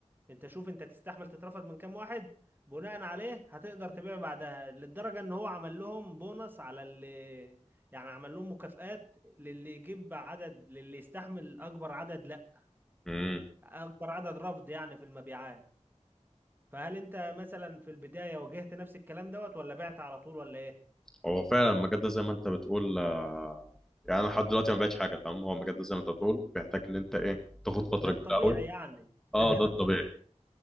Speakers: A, on the right (about 15°); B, in the centre.
A: انت شوف انت تستحمل تترفض من كام واحد بناء عليه هتقدر تبيع بعدها للدرجة ان هو عمل لهم بونص على اللي يعني عمل لهم مكافآت للي يجيب عدد للي يستحمل اكبر عدد لا
B: إمم.
A: اكبر عدد رفض يعني في المبيعات فهل انت مثلا في البداية واجهت نفس الكلام دوت ولا بعت على طول ولا ايه
B: هو فعلا المجال ده زي ما انت بتقول آه، يعني انا لحد دلوقتي ما بقتش حاجه تمام هو المجال ده زي ما انت بتقول بيحتاج ان انت ايه تاخد
A: ده
B: فتره
A: الطبيعي
B: كبيره قوي
A: يعني ده
B: اه
A: كده
B: ده الطبيعي
A: الطبيعي